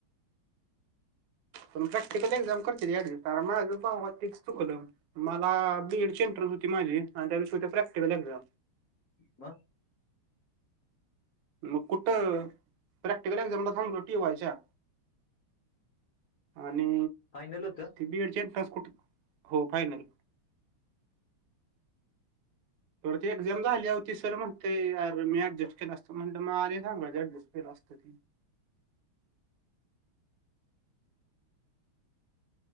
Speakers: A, on the right (about 80°); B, on the left (about 60°).
A: प प्रॅक्टिकल एक्झाम करते कारण मग तेस तू कलम मला बीएड ची इंटरेस्ट होती माझी आणि त्याविष प्रॅक्टिकल एक जा
B: म
A: मग कुठं प्रॅक्टिकलक् जमला थब रोटी व्हायच्या आणि
B: फायनल होतं
A: ते बीएड एंट कुठ हो फायनल ती एक्झाम झाली होती सर म्हणते अर मी ऍडजस्ट केला असतो म्हटलं मग अे सांगला ऍडजस्ट केला असतो होरी.